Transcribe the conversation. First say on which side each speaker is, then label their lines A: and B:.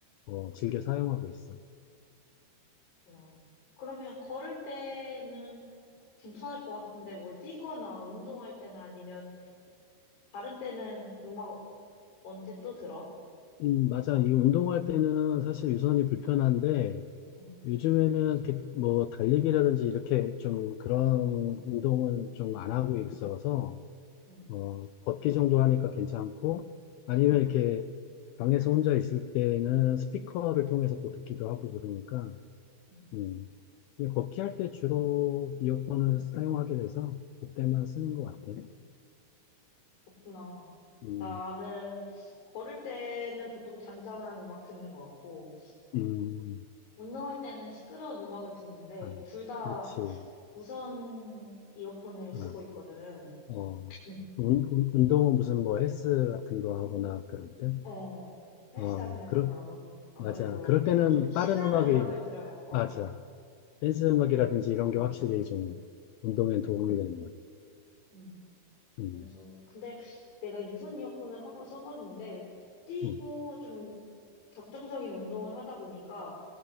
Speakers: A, on the left (about 85°); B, on the left (about 65°).
A: 어, 즐겨 사용하고 있어.
B: 어. 그러면 걸을 때는 괜찮을 것 같은데, 뭐 뛰거나 운동할 때나 아니면 다른 때는 음악 언제 또 들어?
A: 음, 맞아. 이 운동할 때는 사실 유선이 불편한데,
B: 음,
A: 요즘에는 이렇게 뭐 달리기라든지 이렇게 좀 그런 운동은 좀 안 하고 있어서,
B: 음,
A: 어, 걷기 정도 하니까 괜찮고, 아니면 이렇게 방에서 혼자 있을 때는 스피커를 통해서 또 듣기도 하고 그러니까,
B: 음.
A: 음. 근데 걷기 할 때 주로 이어폰을 사용하게 돼서 그때만
B: 음.
A: 쓰는 것 같아.
B: 그렇구나.
A: 음,
B: 나는 걸을 때는 보통 잔잔한 음악 듣는 것 같고,
A: 음,
B: 운동할 때는 시끄러운 음악을 듣는데,
A: 아,
B: 둘 다
A: 그렇지.
B: 무선 이어폰을 쓰고
A: 아.
B: 있거든.
A: 어,
B: 음.
A: 운, 운- 운동은 무슨 뭐 헬스 같은 거 하거나 그럴 때?
B: 어, 헬스장에서는
A: 어, 그럴,
B: 아무, 아무래도
A: 맞아. 그럴
B: 이제
A: 때는
B: 좀 신나는
A: 빠른 음악이,
B: 음악을 들어야, 어,
A: 맞아. 댄스 음악이라든지 이런 게 확실히 좀 운동에 도움이 되는 것 같아.
B: 음.
A: 음,
B: 그래서, 근데 내가 유선 이어폰을 한번 써봤는데, 뛰고
A: 음.
B: 좀 격정적인 운동을 하다 보니까,